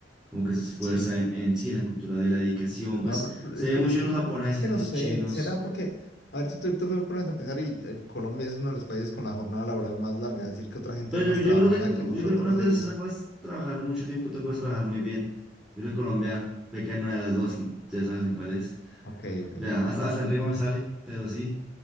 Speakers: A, in the centre; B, on the left (about 65°).
A: como que se esfuerza
B: Sí.
A: en, en sí, en la cultura de la dedicación,
B: No,
A: pues
B: pero- pero
A: se
B: es
A: ve
B: que,
A: mucho
B: es que,
A: en los
B: no-
A: japoneses,
B: es que
A: en
B: no
A: los
B: sé,
A: chinos,
B: será porque, a ver, tú te, tú te pones a pensar y eh, Colombia es uno de los países con la jornada laboral más larga, decir que otra gente
A: pero
B: es más
A: yo, yo
B: trabajadora
A: creo que
B: que nosotros
A: yo creo- una cosa
B: es,
A: es, una cosa es trabajar mucho tiempo, otra cosa es trabajar muy bien. Yo creo que Colombia peca en una de las dos, ya sabes en cuál es.
B: ok,
A: Vea,
B: ok,
A: hasta, hasta en rima me sale, pero sí.